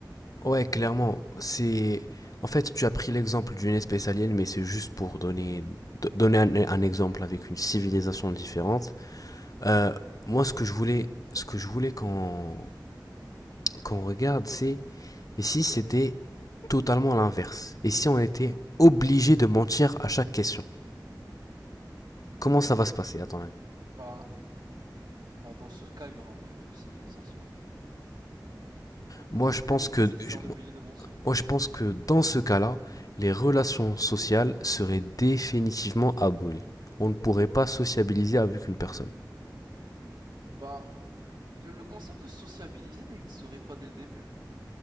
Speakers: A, on the left; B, on the right.
A: Ouais, clairement,
B: Tu vois?
A: c'est... En fait, tu as pris l'exemple d'une espèce alien, mais c'est juste pour donner, do- donner un, un exemple avec une civilisation différente. Euh, moi, ce que je voulais, ce que je voulais qu'on qu'on regarde, c'est et si c'était totalement l'inverse? Et si on était obligé de mentir à chaque question? Comment ça va se passer, à ton avis?
B: Ben, Bah, dans ce cas, il y aura plus de civilisation. <laughs>
A: Moi, je pense que
B: Si, si
A: je-
B: on est obligé de mentir.
A: Moi, je pense que dans ce cas-là, les relations sociales seraient définitivement abolies. On ne pourrait pas sociabiliser avec une personne.
B: Bah, le, le concept de sociabiliser n'existerait pas dès le début.